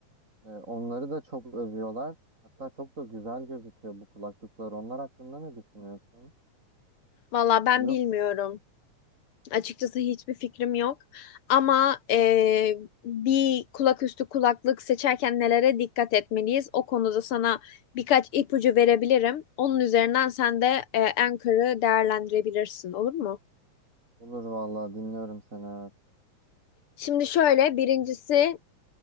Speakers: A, on the right (about 25°); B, on the left (about 55°).
A: Ee, onları da çok övüyorlar. Hatta çok da güzel gözüküyor bu kulaklıklar. Onlar hakkında ne düşünüyorsun?
B: Valla ben
A: Yok.
B: bilmiyorum. Açıkçası hiçbir fikrim yok. Ama eee, bir kulaküstü kulaklık seçerken nelere dikkat etmeliyiz? O konuda sana birkaç ipucu verebilirim. Onun üzerinden sen de eee Anchor'ı değerlendirebilirsin, olur mu?
A: Olur vallahi dinliyorum seni. Evet.
B: Şimdi şöyle, birincisi